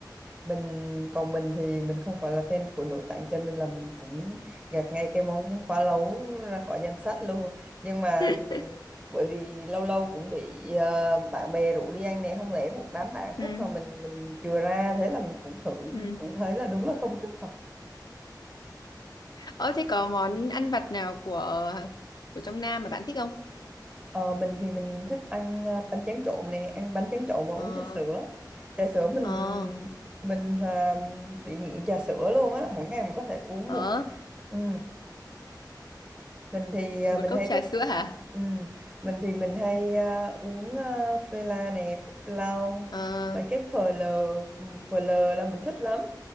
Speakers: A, on the right (about 15°); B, on the left (about 65°).
A: mình còn mình thì mình không phải là fan của nội tạng cho nên là mình cũng gạt ngay cái món phá lấu ra khỏi danh sách luôn nhưng mà
B: <laughs>
A: ừ, bởi vì lâu lâu cũng bị ờ, bạn bè rủ đi ăn nè không lẽ một đám bạn
B: ừ
A: thích mà mình mình chừa ra thế là mình cũng thử
B: ừ
A: cũng thấy là đúng là không thích thật
B: ờ thế có món ăn vặt nào của của trong Nam mà bạn thích không
A: Ờ, mình thì mình thích ăn à, bánh tráng trộn nè, ăn bánh tráng trộn và uống
B: ờ
A: trà sữa. Trà sữa mình
B: ờ
A: mình à, bị nghiện trà sữa luôn á, mỗi ngày mình có thể uống
B: ờ
A: một ừ mình thì à,
B: một
A: mình
B: cốc
A: hay
B: trà
A: thích
B: sữa hả
A: ừ, mình thì mình hay à, uống à, phê la nè Phúc Long
B: ờ
A: mấy cái phờ lờ phờ lờ là mình thích lắm